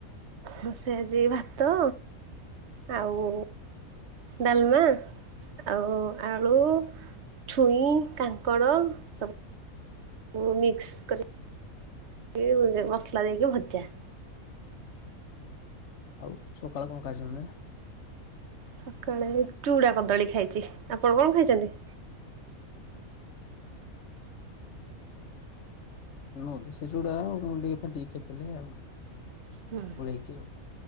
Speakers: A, on the right; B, on the left.
A: ରୋଷେଇ ଆଜି ଭାତ ଆଉ ଡାଲ୍ ମା ଆଉ ଆଳୁ ଛୁଇଁ କାଙ୍କଡ଼ ସବୁ ବୁ ମିକ୍ସ କରିକି ମସଲା ଦେଇକି ଭଜା।
B: ଆଉ ସକାଳେ କଣ ଖାଇବନ୍ତି?
A: ସକାଳେ ଚୁଡ଼ା କଦଳୀ ଖାଇଛି ଆପଣ କଣ ଖାଇଛନ୍ତି?
B: ମୁଁ ବି ସେ ଚୁଡା ଆଉ ମୁଡ଼ିକି ଫେଣ୍ଟିକି ଖାଇଥିଲି ଆଉ ଗୋଳେଇକି
A: ହୁଁ।
B: ଉ।